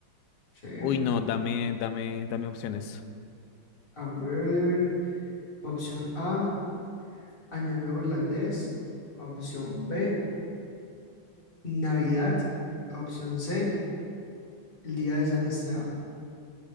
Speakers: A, on the left; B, on the left.
A: Sí.
B: Uy, no, dame, dame, dame opciones.
A: A ver, opción A, Año Nuevo Irlandés. Opción B. Navidad, opción C, el día de San Esteban.